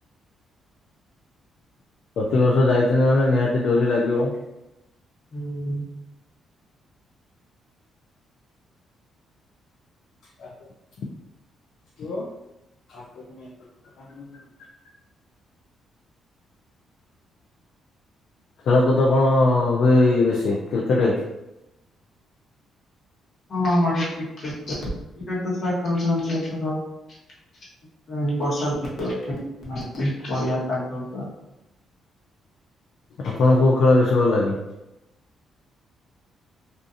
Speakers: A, on the left (about 65°); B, on the left (about 50°).
A: ପ୍ରତିବର୍ଷ ଯାଇଛନ୍ତି ମାନେ ନିହାତି ଡରି ଲାଗିବ।
B: ହୁଁ।
A: <unintelligible> ଖେଳକୁଦ କଣ ହୁଏ ଏଇ ବେଶୀ କ୍ରିକେଟେ?
B: ହଁ ଆମ ଆଡେ କ୍ରିକେଟ୍, କିକେଟ୍ ତ ଛୁଆ ଖେଳୁଛନ୍ତି ଏଥର। <unintelligible> ବର୍ଷା <inaudible> ପଡିଆ କାଦୁଅ ପୁରା।
A: ଆପଣ କୋଉ ଖେଳ ବେଶୀ ଭଲ ଲାଗେ?